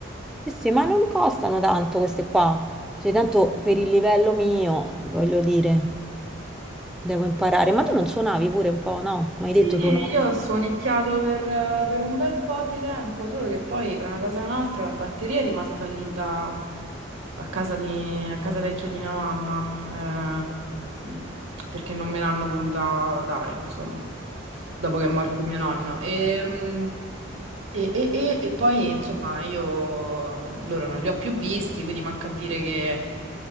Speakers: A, in the centre; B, on the right.
A: Sì, sì, ma non costano tanto queste qua. Cioè, tanto per il livello mio, voglio dire, devo imparare. Ma tu non suonavi pure un po', no? Mi
B: Sì,
A: hai detto tu no.
B: io ho suonicchiato per, per un bel po' di tempo, solo che poi tra una cosa e un'altra la batteria è rimasta lì da, a casa di- a casa vecchia di mia mamma, eh, mm, perché non me l'hanno voluta dare, insomma, dopo che è morto mio nonno. E, mm, e- e- e- e poi, insomma, io loro non li ho più visti, quindi manca a dire che,